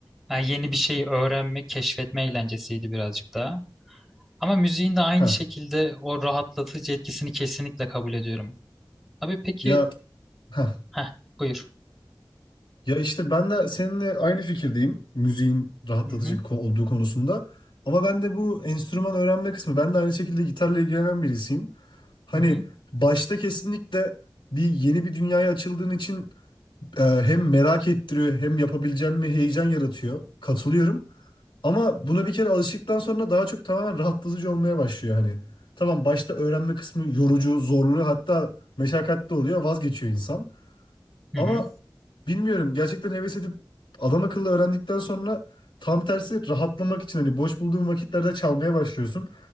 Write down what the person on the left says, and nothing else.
Ha
ya ha
ya işte ben de seninle aynı fikirdeyim. Müziğin rahatlatıcı
ko- olduğu konusunda. Ama ben de bu enstrüman öğrenme kısmı. Ben de aynı şekilde gitarla ilgilenen birisiyim. Hani
başta kesinlikle bir yeni bir dünyaya açıldığın için e, hem merak ettiriyor hem yapabileceğim mi heyecan yaratıyor. Katılıyorum. Ama buna bir kere alıştıktan sonra daha çok tamamen rahatlatıcı olmaya başlıyor hani. Tamam başta öğrenme kısmı yorucu, zorlu hatta meşakkatli oluyor vazgeçiyor insan.
Ama
bilmiyorum gerçekten heves edip adam akıllı öğrendikten sonra tam tersi rahatlamak için hani boş bulduğun vakitlerde çalmaya başlıyorsun.